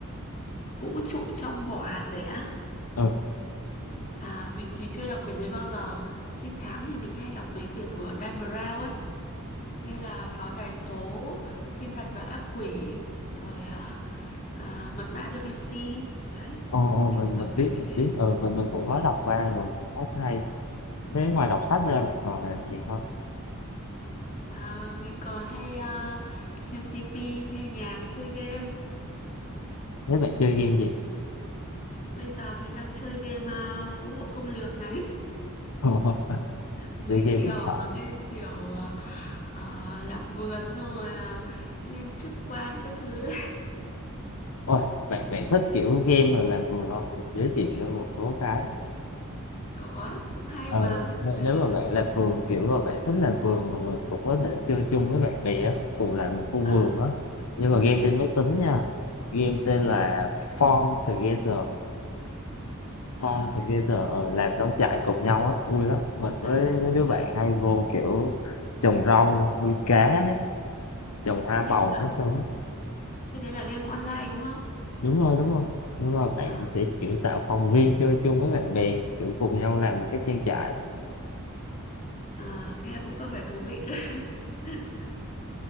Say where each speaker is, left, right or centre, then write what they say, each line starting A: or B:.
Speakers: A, on the left (about 35°); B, on the left (about 85°).
A: vũ trụ trong vỏ hạt dẻ
B: ừ
A: à, mình thì chưa đọc quyển đấy bao giờ trinh thám thì mình hay đọc mấy quyển của Dan Brown ấy như là Pháo đài số Thiên thần và ác quỷ rồi à, à, Mật mã Da Vinci đấy
B: Ồ, ồ,
A: mấy
B: mình
A: kiểu
B: mình
A: quyển
B: biết
A: như
B: mình
A: thế
B: biết ừ mình mình cũng có đọc qua rồi rất hay thế ngoài đọc sách ra bạn còn làm gì không
A: à, mình còn hay à, xem tivi nghe nhạc chơi game
B: thế bạn chơi game gì
A: Bây giờ mình đang chơi game à, phú hộ công lược này <laughs>
B: <laughs>
A: mấy
B: chơi game
A: kiểu
B: điện thoại
A: à, game kiểu à, à, làm vườn xong rồi à, lên chức quan các thứ đấy <laughs>
B: ôi bạn bạn thích kiểu game mà làm vườn không Mình giới thiệu cho một số cái
A: có cũng hay
B: Ờ,
A: mà
B: vậy
A: tại
B: nếu
A: vì
B: mà
A: nó
B: bạn
A: kiểu
B: làm vườn kiểu mà bạn thích làm vườn mà mình cũng có thể chơi chung với bạn bè á, cùng làm một khu
A: à,
B: vườn á. Nhưng mà game
A: ờ,
B: trên máy tính nha. Game tên
A: thế
B: là
A: á
B: Farm Together,
A: à,
B: Farm Together
A: không-
B: ở làm nông trại
A: à,
B: cùng nhau á, vui lắm. Mình với
A: à,
B: mấy đứa bạn
A: à.
B: hay vô kiểu trồng rau, nuôi cá, trồng hoa
A: thế đấy
B: màu
A: là
B: các thứ.
A: thế đấy là game online đúng không
B: Đúng rồi, đúng rồi. Nhưng mà bạn
A: à,
B: sẽ kiểu tạo phòng riêng chơi chung với bạn bè, kiểu cùng nhau làm một cái trang trại.
A: à, nghe cũng có vẻ thú vị đấy <laughs>